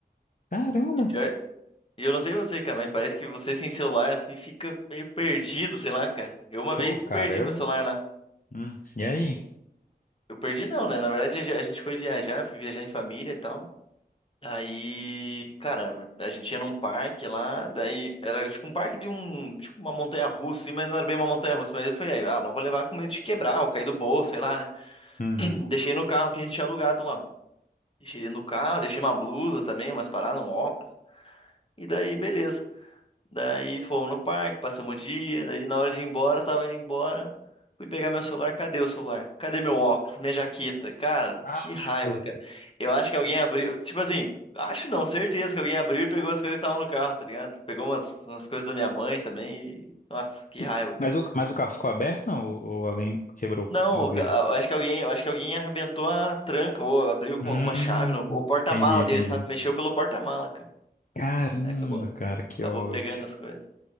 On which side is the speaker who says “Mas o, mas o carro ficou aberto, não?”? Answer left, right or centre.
Left